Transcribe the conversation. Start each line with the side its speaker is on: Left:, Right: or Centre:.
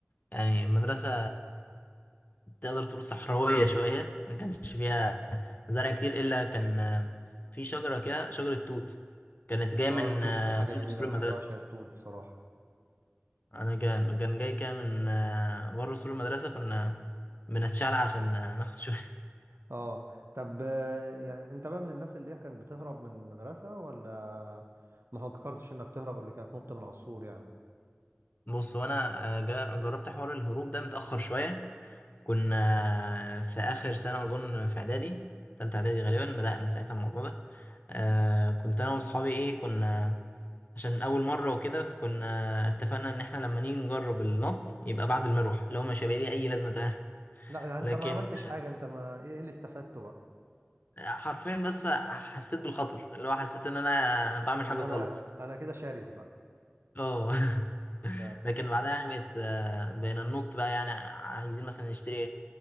Left: يعني مدرسه تقدر تقول صحراويه شويه ما كانش فيها زرع كتير الا كان آه، في شجره كده شجره توت كانت جايه
Right: اه
Left: من
Right: التوت
Left: آه،
Right: حاجه
Left: بره
Right: جميله
Left: سور
Right: أوي،
Left: المدرسه
Right: انا بعشق التوت بصراحه
Left: انا كان كان جاي كده من آه، بره سور المدرسه كنا بنتشعلق عشان آه، ناخد شويه
Right: اه طب آه، يعني انت بقى من الناس اللي هي كانت بتهرب من المدرسة ولا ما فكرتش انك تهرب قبل كده تنط من على السور يعني
Left: بص هو انا آه، جا- جربت حوار الهروب ده متاخر شويه كنا آه، في اخر سنه اظن في اعدادي تالتة اعدادي غالبا بدانا ساعتها الموضوع ده آه كنت انا واصحابي ايه كنا عشان اول مره وكده فكنا اتفقنا ان احنا لما نيجي نجرب النط يبقى بعد المروح اللي هو مش هيبقى ليه اي لازمه تمام
Right: لا ده انت
Left: لكن
Right: ما عملتش حاجة انت ما ايه إيه اللي استفدته بقى
Left: حرفيا بس حسيت بالخطر اللي هو حسيت ان انا بعمل
Right: ان
Left: حاجه
Right: انا
Left: غلط
Right: انا كده شرس بقى
Left: اه <laughs>
Right: لا
Left: لكن بعدها يعني بقت آه، بقينا ننط بقى يعني عايزين مثلا نشتري